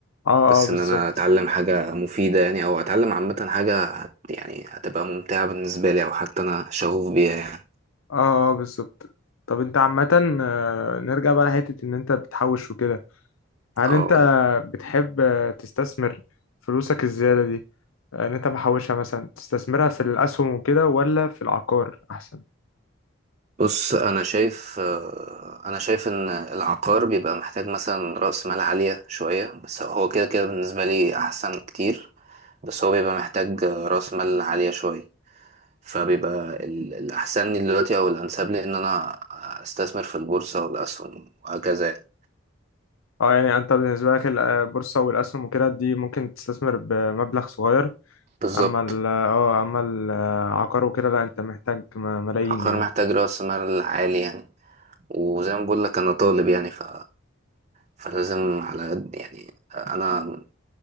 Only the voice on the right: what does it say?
بس
ان انا اتعلم حاجة مفيدة يعني او اتعلم عامة حاجة هت يعني هتبقى ممتعة بالنسبة لي او حتى انا شغوف بيها يعني
اقول
بص انا شايف آه، انا شايف ان العقار بيبقى محتاج مثلا رأس مال عالية شوية بس هو كده كده بالنسبة لي احسن كتير بس هو بيبقى محتاج آه، رأس مال عالية شوية فبيبقى ال- الأحسن لي دلوقتي أو الأنسب لي إن أنا أستثمر في البورصة والأسهم وهكذا يعني
بالظبط
عقار
محتاج رأس مال عالي يعني وزي ما بقول لك انا طالب يعني ف... فلازم على قد يعني انا